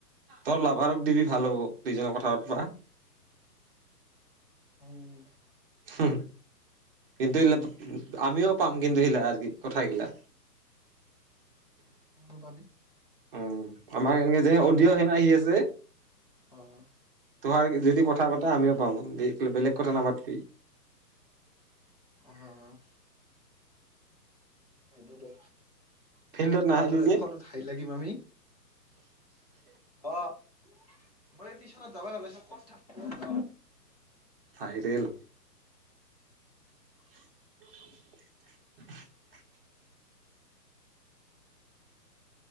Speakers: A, on the right; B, on the left.
A: তই লাভাৰক দিবি ভাল হ'ব, দুইজনে কথা পাতবা।
B: উম
A: উ এটোু ইিল <unintelligible> আমিও পাম কিন্তু সিলা আৰু কি কথাগিলা।
B: শুনো পাবি
A: উম আমাৰ এনেকে যেনে অডি'অ সনে আহি আছে
B: অ'
A: তোহাৰ যদি কথা পাতে আমিও পাম বেলেগ কথা নাপাত।
B: আহ। সেইটো দে
A: ফিল্ডত
B: কবাত
A: নাহিলি
B: ত
A: যে
B: ফোনত হহি লাগিম আমি। অ' মইটি চনত যাব ভ ক'ত থাক য।
A: ভাইৰেল। <inaudible>